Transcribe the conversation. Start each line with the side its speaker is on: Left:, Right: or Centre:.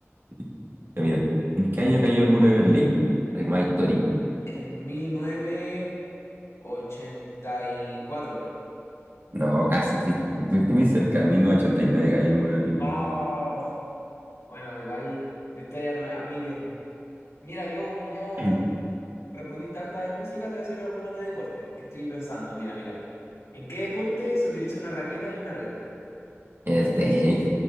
Right: sí. Ya, mira. ¿En qué año cayó el muro de Berlín? Algo más histórico.
Left: En mil novecientos ochenta y cuatro
Right: No, casi. Estuviste estuviste muy cerca. En 1989 cayó el muro de Berlín.
Left: Oh, bueno, igual de historia no me va muy bien. Mira, yo como ya
Right: En
Left: Respondiste alta de música, te voy a hacer algunas de deporte, que estoy pensando, mira, mira. ¿En qué deporte se utiliza una raqueta y una red?
Right: el tenis,